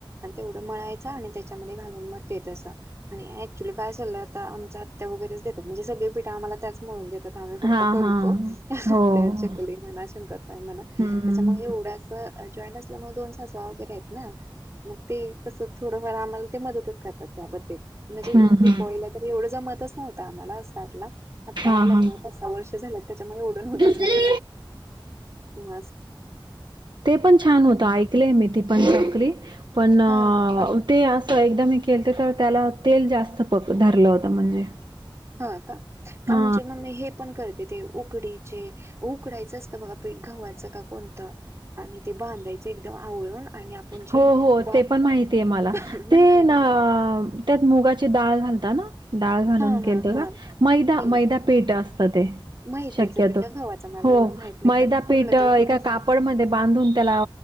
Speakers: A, on the right; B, on the right.
A: तेवढं म्हणायचचा आणि त्याच्यामध्ये घालून म येत अस आणि ऍक्च्युली काय ल्ललं आता आम आत्या वगैरे म्हणजे सगला त्याचात आम्ही फक्त
B: हां,
A: करतो
B: हां. हो.
A: ते चकली म्हणा शंकरबाई म्हणा
B: हम्म
A: त्याच्यामध्ये एवढ्या जॉईंट असल्यामुळे दोन सासवा वगैरे आहेत ना मग ते कस थोडंफार आम्हाला ते मदतच खातात त्या म्हणजे
B: हम्म हम्म
A: पला तर एवढं ज आ वर्
B: हा हा
A: त्याच्या होत
B: दुसरी
A: मत म
B: ते पण छान होत ऐकले मी ती पण चकरी पण
A: हा हा
B: ते अस एकदाम मी केलते तर त्याला तेल जास्त पक धरलं होतं म्हणजे
A: हा का
B: हा
A: आमच्या मममी हे पण करते ते उकडीचे उकडायचं असतं बघा पीठ घव्हाचं का कोणतं? आणि ते बांधायचं एकदम आवळून. आणि आपण जी
B: हो हो
A: वाफ
B: ते पण माहिती आहे मला
A: माहित
B: ते
A: आहे ना
B: त्यात मुगाची डाळ घालतात ना? डाळ घालून
A: हा
B: केलत
A: हा हा
B: का मैदा
A: केलं
B: मैदा
A: तर
B: पीठ असतं ते
A: मैद्याचं
B: शक्यतो
A: पीठ का गव्हाचं मला
B: हो
A: एवढं माहित नाही
B: मैदा
A: पण कुठलं
B: पीठ एका
A: तरी असायचं
B: कापडमध्ये बांधून त्याला